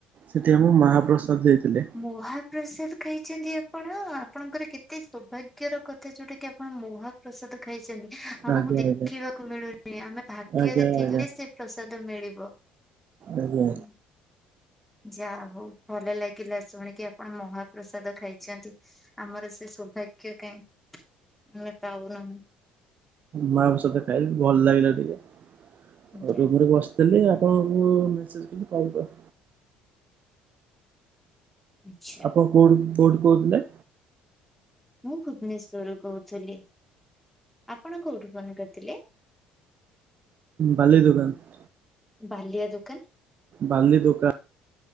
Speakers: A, on the right; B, in the centre.
A: ସେଠି ଆମ ମହାପ୍ରସାଦ ଦେଇଥିଲେ।
B: ମହାପ୍ରସାଦ ଖାଇଛନ୍ତି ଆପଣ ଆପଣଙ୍କର କେତେ ସୌଭାଗ୍ୟର କଥା ଯୋଉଟା କିି ଆପଣ ମହା ପ୍ରସାଦ ଖାଇଛନ୍ତି। ଆମକୁ
A: ଆଜ୍ଞା
B: ଦେଖିବାକୁ
A: ଆଜ୍ଞା
B: ମିଳୁନି। ଆମେ ଭାଗ୍ୟରେ
A: ଆଜ୍ଞା
B: ଥିଲେ
A: ଆଜ୍ଞା
B: ସେ ପ୍ରସାଦ ମିଳିବ।
A: ଆଜ୍ଞା
B: ହୁଁ ଯା ହଉ ଭଲ ଲାଗିଲା ଶୁଣିକି ଆପଣ ମହା ପ୍ରସାଦ ଖାଇଛନ୍ତି ଆମର ସେ ସୌଭାଗ୍ୟ କାହିଁ ଆମେ ପାଉନାହୁଁ।
A: ମାଉଁସ ତରକାରୀ ଭଲ ଲାଗିଲା ଟିକେ। ଆଉ
B: ଯାହା
A: ରୁମରେ ବସି ହେଲେ ଆପଣଙ୍କୁ ମେସେଜ୍ କରି କଲ କଲି।
B: ଆଚ୍ଛା।
A: ଆପଣ କୋଉଠୁ କୋଉଠୁ କହୁଥିଲେ?
B: ମୁଁ ଭୁବନେଶ୍ଵରରୁୁ କହୁଥିଲି। ଆପଣ କୋଉଠୁ ଫୋନ କରିଥିଲେ?
A: ବାଲି ଦୁକାନ।
B: ବାଲିଆ ଦୋକାନ!
A: ବାଲି ଦୋକାନ।